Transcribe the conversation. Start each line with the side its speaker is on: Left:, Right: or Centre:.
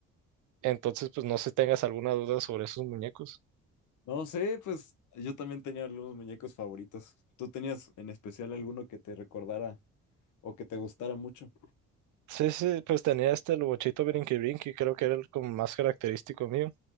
Right: entonces pues no sé si tengas alguna duda sobre esos muñecos.
Left: No sé, pues yo también tenía algunos muñecos favoritos. ¿Tú tenías en especial alguno que te recordara o que te gustara mucho?
Right: Sí, sí, pues tenía este el Bochito Brinqui Brinqui, creo que era el como más característico mío.